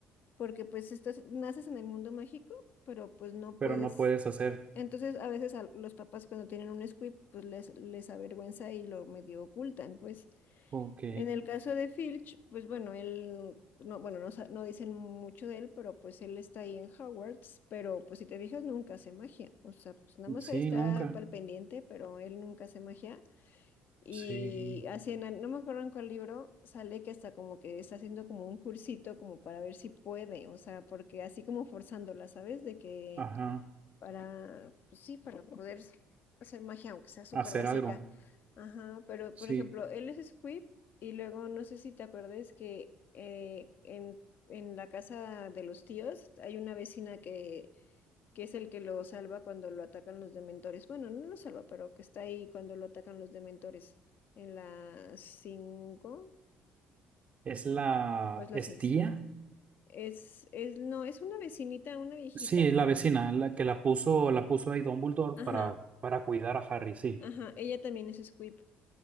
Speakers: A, on the left; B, on the right.
A: porque pues estás, naces en el mundo mágico, pero pues no
B: Pero
A: puedes.
B: no puedes hacer.
A: Entonces a veces a los papás cuando tienen un squib, pues les, les avergüenza y lo medio ocultan, pues.
B: Ok.
A: En el caso de Filch, pues bueno, él, no, bueno, no, sa- no dicen mucho de él, pero pues él está ahí en Hogwarts, pero pues si te fijas nunca hace magia, o sea, pues nada más ahí
B: Sí,
A: está
B: nunca.
A: al pendiente, pero él nunca hace magia. Y
B: Sí.
A: así, en el- no me acuerdo en cuál libro, sale que hasta como que está haciendo como un cursito como para ver si puede, o sea, porque así como forzándola, ¿sabes? De que
B: Ajá.
A: para, pues sí, para poder hacer magia, aunque sea súper
B: Hacer
A: básica.
B: algo.
A: Ajá, pero
B: Sí.
A: por ejemplo, él es Squib y luego no sé si te acuerdas que eh, en, en la casa de los tíos hay una vecina que que es el que lo salva cuando lo atacan los dementores. Bueno, no lo salva, pero que está ahí cuando lo atacan los dementores. En la 5
B: ¿Es la...
A: o es la
B: ¿Es
A: seis
B: tía?
A: Es, es, no, es una vecinita, una viejita.
B: Sí, la vecina, la que la puso, la puso ahí Dumbledore
A: Ajá,
B: para, para cuidar a Harry, sí.
A: ajá. Ella también es Squib.